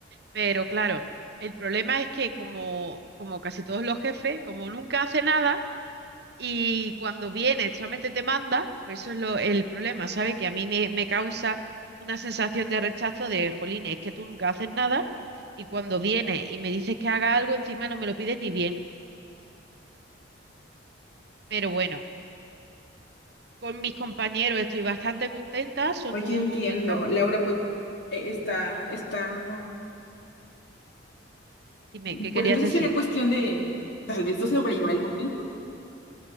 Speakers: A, on the right; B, on the left.
A: Pero claro, el problema es que como, como casi todos los jefes, como nunca hace nada, y cuando viene, solamente te manda, pues eso es lo, el problema, ¿sabes? Que a mí me, me causa una sensación de rechazo de, jolín, es que tú nunca haces nada y cuando viene y me dices que haga algo, encima no me lo pides ni bien. Pero bueno, con mis compañeros estoy bastante contenta, son
B: Oye,
A: todos
B: entiendo.
A: un encanto.
B: Laura, pues eh, está, está.
A: Dime,
B: Bueno,
A: ¿qué querías
B: entonces
A: decir?
B: sería cuestión de, tal vez, no sobrellevar el momento.